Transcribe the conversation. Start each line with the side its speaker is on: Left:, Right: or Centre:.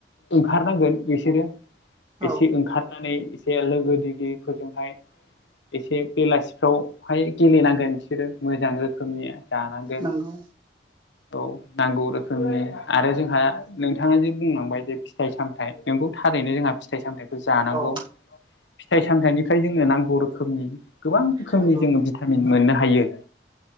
Left: ओंखारनांगोन बिसोरो
Right: औ
Left: एसे ओंखारनानै एसे लोगो दिगिफोरजोंहाय एसे बेलासिफ्राव उमफाइ गेलेनांगोन बिसोरो मोजां रोखोमनि जानांगोन
Right: नंगौ
Left: औ नांगौ रोखोमनि आरो जोंहा नोंथाङा जे बुंलांबाय जे फिथाइ सामथाइ नखौ थार बेनो जोंहा फिथाइ सामथाइखौ जानांगौ
Right: औ
Left: फिथाइ सामथाइनिफ्राय जोंनो नांगौ रोखोमनि गोबां रोखोमनि
Right: नंगौ
Left: जोङो भिटामिन मोननो हायो